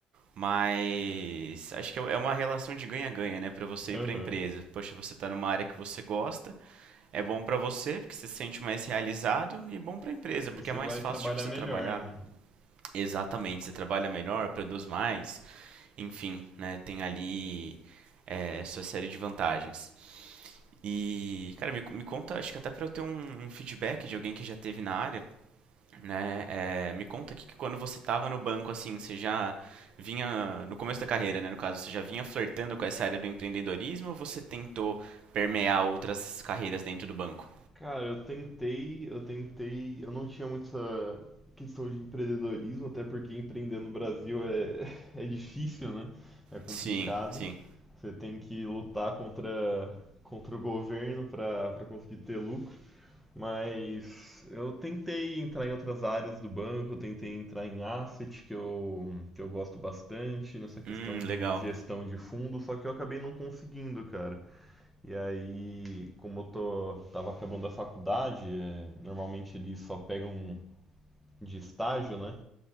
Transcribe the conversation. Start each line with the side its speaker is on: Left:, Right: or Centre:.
Right: mas acho que é uma relação de ganha-ganha, né? para você
Centre: Aham.
Right: e para a empresa. Poxa, você tá numa área que você gosta, é bom para você, porque você se sente mais realizado, e bom para a empresa,
Centre: Você
Right: porque é mais
Centre: vai
Right: fácil
Centre: trabalhar
Right: de você
Centre: melhor,
Right: trabalhar.
Centre: né?
Right: Exatamente, você trabalha melhor, produz mais, enfim, né, tem ali é, sua série de vantagens. E, cara, me, me conta, acho que até para eu ter um, um feedback de alguém que já teve na área, né, é, me conta aqui que quando você tava no banco, assim, você já vinha, no começo da carreira, né, no caso, você já vinha flertando com essa área do empreendedorismo ou você tentou permear outras carreiras dentro do banco?
Centre: Cara, eu tentei, eu tentei, eu não tinha muito essa questão de empreendedorismo, até porque empreender no Brasil é, <laughs> é difícil, né? É complicado.
Right: Sim, sim.
Centre: Você tem que lutar contra, contra o governo para para conseguir ter lucro. Mas eu tentei entrar em outras áreas do banco, eu tentei entrar em asset, que eu, que eu gosto bastante, nessa questão
Right: Hum, legal.
Centre: de gestão de fundo, só que eu acabei não conseguindo, cara. E aí, como eu tô, tava acabando a faculdade, é, normalmente eles só pegam de estágio, né?